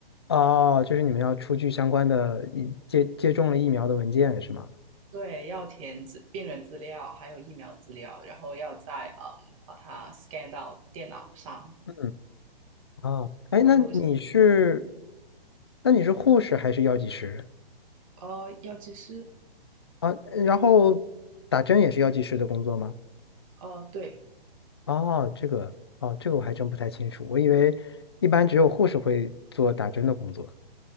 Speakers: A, on the left; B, on the right.
A: 哦，就是你们要出具相关的疫接接种了疫苗的文件是吗？
B: 对，要填资病人资料，还有疫苗资料，然后要再嗯把它 scan 到电脑上，
A: 嗯，啊，哎，那你是
B: 就嗯哼，
A: 那你是护士还是药剂师
B: 呃，药剂师，
A: 啊？然后打针也是药剂师的工作吗？
B: 呃，对。
A: 哦，这个哦，这个我还真不太清楚，我以为一般只有护士会做打针的工作